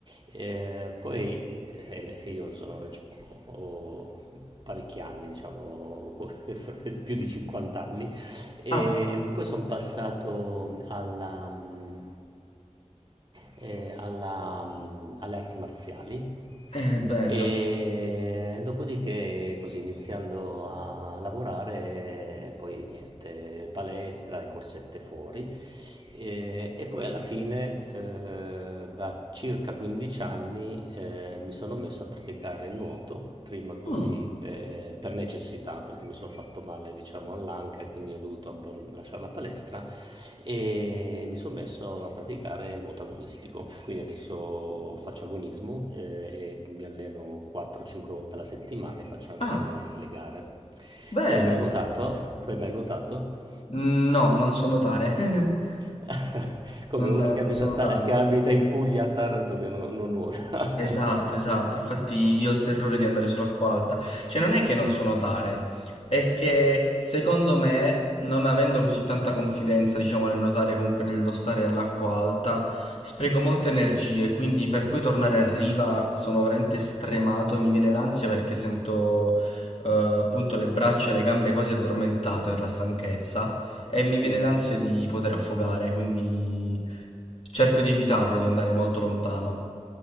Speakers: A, on the right; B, on the left.
A: eh, poi eh, io sono, diciamo, ho parecchi anni, diciamo, <laughs> più di 50 anni, e
B: Ah,
A: poi sono passato alla, mm, eh, alla, mm, alle arti marziali.
B: è bello.
A: E dopodiché, così iniziando a lavorare, poi niente, palestra e corsette fuori. E, e poi alla fine, eh, da circa 15 anni, eh, mi sono messo a praticare il nuoto, prima così
B: Mm.
A: pe- per necessità, perché mi sono fatto male, diciamo, all'anca e quindi ho dovuto abbon- lasciare la palestra e mi sono messo a praticare il nuoto agonistico. Quindi adesso faccio agonismo eh, e mi alleno 4-5 volte alla settimana e faccio anche
B: Ah,
A: le, le gare.
B: bello.
A: Tu hai mai nuotato? Tu hai mai nuotato?
B: Mm, No, non so notare. <laughs>
A: <laughs> Come
B: Non,
A: uno che
B: non
A: abita
B: so
A: a
B: notare.
A: Ta che abita in Puglia a Taranto che no non nuota.
B: Esatto,
A: <laughs>
B: esatto. Infatti io ho il terrore di andare sull'acqua alta. Cioè, non è che non so nuotare, è che secondo me, non avendo così tanta confidenza, diciamo, nel nuotare, comunque nello stare all'acqua alta, spreco molte energie, quindi per poi tornare a riva sono veramente stremato e mi viene l'ansia perché sento eh, appunto le braccia e le gambe quasi addormentate per la stanchezza e mi viene
A: Mh-mh-mh.
B: l'ansia di poter affogare, quindi cerco di evitarlo, di andare molto lontano.